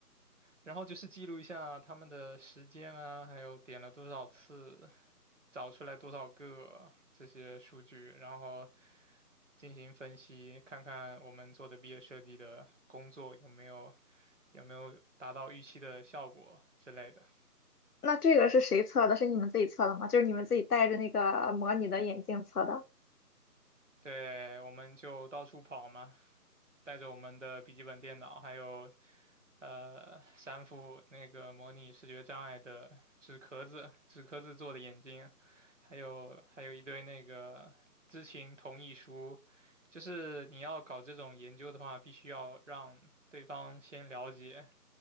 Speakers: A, on the right; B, on the left.
A: 然后就是记录一下他们的时间啊，还有点了多少次，找出来多少个这些数据，然后进行分析，看看我们做的毕业设计的工作有没有有没有达到预期的效果之类的。
B: 那这个是谁测的？是你们自己测的吗？就是你们自己戴着那个模拟的眼镜测的？
A: 对，我们就到处跑嘛，带着我们的笔记本电脑，还有呃三副那个模拟视觉障碍的纸壳子、纸壳子做的眼镜，还有还有一堆那个知情同意书。就是你要搞这种研究的话，必须要让对方先了解，